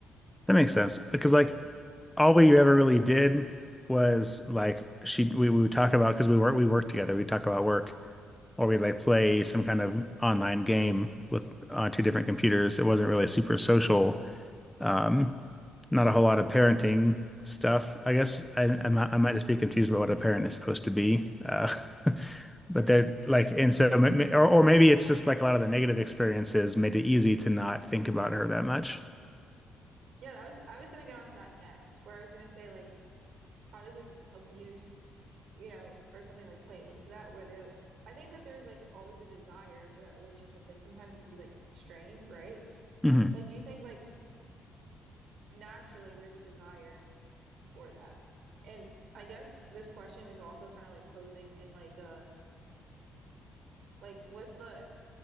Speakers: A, in the centre; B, on the right.
A: That makes sense because like all we ever really did was like she we, we would talk about because we work we worked together. We talk about work or we like play some kind of online game with on two different computers. It wasn't really super social Um, not a whole lot of parenting stuff. I guess I, I might, I might just be confused about what a parent is supposed to be. Uh, <laughs> but
B: Mm.
A: they're like, and so, ma- ma- or, or maybe it's just like a lot of the negative experiences made it easy to not think about her that much.
B: Yeah, that was I was gonna get onto that next, where I was gonna say like how does like abuse, you know, or something like play into that where they I think that there's like always a desire for that relationship, but sometimes it could be like strained, right?
A: hmm
B: Like do you think like naturally there's a desire for that? And I guess this question is also kind of like posing in like a like with the